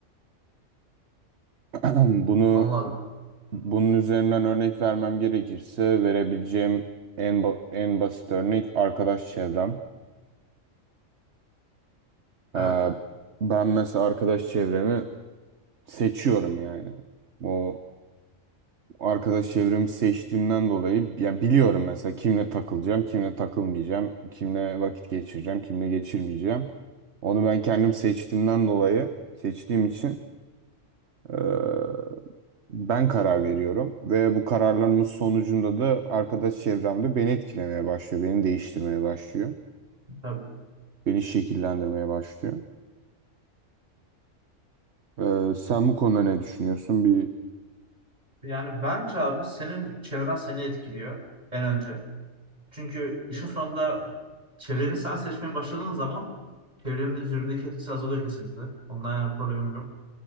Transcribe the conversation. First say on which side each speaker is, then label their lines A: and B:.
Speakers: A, on the right; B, on the right.
A: <clears throat> Bunu
B: Anladım.
A: bunun üzerinden örnek vermem gerekirse verebileceğim en ba- en basit örnek arkadaş çevrem. Ee,
B: Evet.
A: ben mesela arkadaş çevremi seçiyorum yani. O arkadaş çevremi seçtiğimden dolayı yani biliyorum mesela kimle takılacağım, kimle takılmayacağım, kimle vakit geçireceğim, kimle geçirmeyeceğim. Onu ben kendim seçtiğimden dolayı seçtiğim için eee, ben karar veriyorum ve bu kararlarımın sonucunda da arkadaş çevremde beni etkilemeye başlıyor, beni değiştirmeye başlıyor,
B: Tabii.
A: beni şekillendirmeye başlıyor. Eee, sen bu konuda ne düşünüyorsun? Bir
B: Yani bence abi senin çevren seni etkiliyor en önce. Çünkü işin sonunda çevreni sen seçmeye başladığın zaman çevrenin üzerindeki etkisi azalıyor kesinlikle. Ondan yana problemim yok.